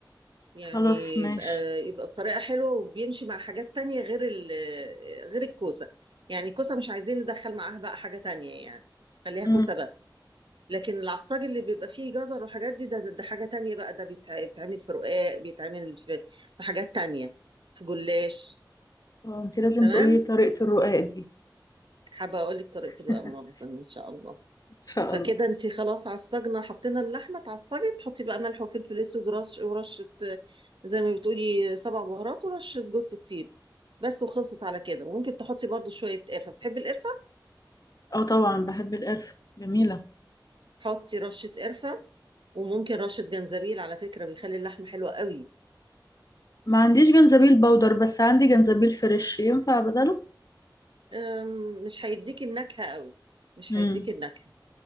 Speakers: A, on the right (about 90°); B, on the left (about 50°).
A: يعني
B: خلاص ماشي
A: يبقى يبقى بطريقة حلوة وبيمشي مع حاجات تانية غير ال غير الكوسة يعني الكوسة مش عايزين ندخل معاها بقى حاجة تانية يعني خليها
B: مم.
A: كوسة بس لكن العصاج اللي بيبقى فيه جزر وحاجات دي ده, ده, ده حاجة تانية بقى ده بيتع- بيتعمل في رقاق بيتعمل في في حاجات تانية في جلاش
B: آه، انتي لازم
A: تمام
B: تقولي طريقة الرقاق دي
A: حابة أقول لك طريقة الرقاق
B: <laughs>
A: مرة تانية إن شاء الله
B: إن شاء
A: فكده
B: الله
A: انت خلاص عالصجنة حطينا اللحمة اتعصجت تحطي بقى ملح وفلفل اسود ورش ورشة آه، زي ما بتقولي سبع بهارات ورشة جوز الطيب بس وخلصت على كده وممكن تحطي برضو شوية قرفة بتحبي القرفة
B: اه طبعا بحب القرفة جميلة
A: حطي رشة قرفة وممكن رشة جنزبيل على فكرة بيخلي اللحمة حلوة قوي
B: ما عنديش جنزبيل باودر بس عندي جنزبيل فريش ينفع بدله
A: أم، مش هيديكي النكهة قوي مش
B: امم
A: هيديكي النكهة